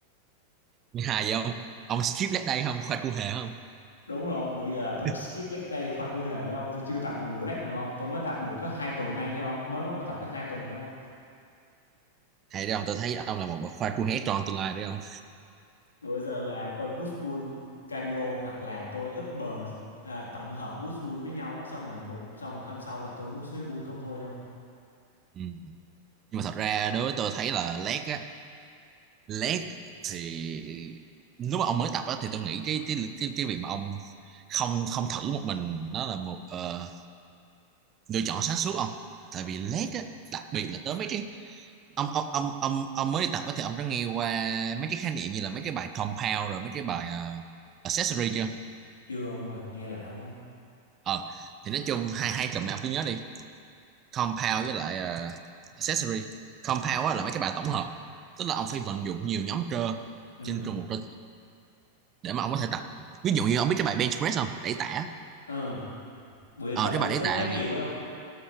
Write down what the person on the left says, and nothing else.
đúng rồi không? bữa giờ là tôi
skip leg day khoa cụ hề đâu tôi chưa tập một bữa leg nào không tôi mới tập được có hai tuần nay thôi không mới bắt đầu tập có hai tuần thôi không
Bữa giờ là tôi push pull cardio hoặc là tôi upper à, tổng hợp push pull với nhau á xong rồi một xong rồi hôm sau là tôi push với pull không thôi không?
Chưa ông ơi, nghe lạo không?
Ừ.
Ừ. Bữa giờ
tập
bench
press
khá nhiều
phải không?